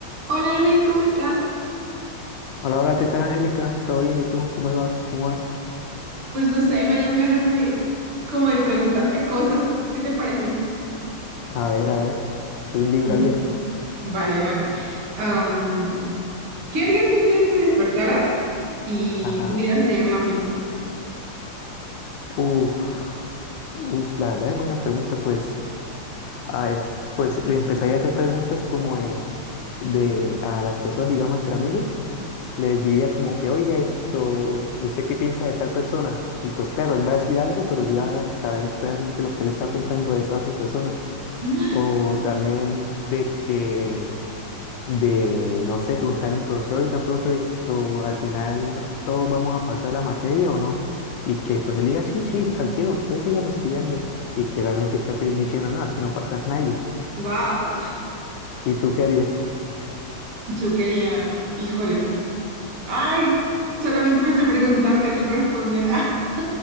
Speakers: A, on the right; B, on the left.
A: Hola Luis, ¿cómo estás?
B: Hola, hola, ¿qué tal, Angélica? ¿Todo bien? ¿Y tú? ¿Cómo vas? ¿Cómo vas?
A: Pues no sé, me dieron ganas de como de preguntarte cosas. ¿Qué te parece?
B: A ver, a ver, hay un libro
A: Mm.
B: abierto.
A: Vale, vale. Am, ¿qué harías si un día te despertaras y
B: Ajá.
A: pudieras leer la mente?
B: Uf, uf, la verdad es buena pregunta, pues. A ver, pues le empezaría a hacer preguntas como eh, de a las personas, digamos, entre amigos. Les diría como que, oiga, esto, ¿usted qué piensa de tal persona? Y pues claro, él va a decir algo, pero yo voy a saber realmente lo que él está pensando de esa otra persona.
A: <gasps>
B: O también de que de, no sé, preguntarle a un profesor, oiga, profe, esto, al final no- todos vamos a pasar la materia o no. Y que pues él diga, sí, sí, tranquilo, ustedes sigan estudiando. Y que realmente esté pe- diciendo, no, aquí no pasas nadie.
A: Wow.
B: ¿Y tú qué harías?
A: Yo quería, híjole. Ay, solamente pensé preguntarte, no en responder. <laughs>